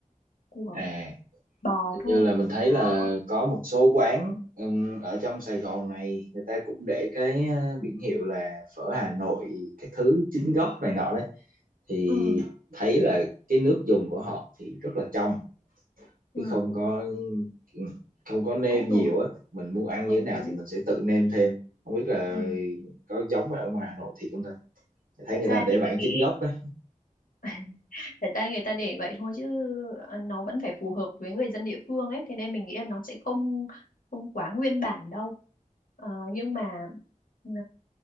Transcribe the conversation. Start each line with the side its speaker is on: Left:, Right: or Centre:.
Left: của
Right: à.
Left: bò
Right: hình
Left: thôi
Right: như là mình thấy
Left: đó
Right: là có một số quán ừm, ở trong Sài Gòn này người ta cũng để cái ờ, biển hiệu là phở Hà Nội các thứ chính gốc này nọ đấy thì
Left: ừ
Right: thấy là cái nước dùng của họ thì rất là trong
Left: ừ
Right: chứ không có ừm, không có nêm
Left: cũng đúng
Right: nhiều á mình muốn ăn
Left: ừ
Right: như thế nào
Left: cũng
Right: thì mình sẽ tự nêm thêm không biết là
Left: ừ
Right: có giống ở ngoài Hà Nội thì không ta thấy
Left: thật
Right: người
Left: ra
Right: ta để
Left: thì mình
Right: bản
Left: nghĩ
Right: chính gốc đấy
Left: <laughs> thật ra người ta để vậy thôi chứ ờ, nó vẫn phải phù hợp với người dân địa phương ấy thế nên mình nghĩ là nó sẽ không không quá nguyên bản đâu Ờ, nhưng mà ờ,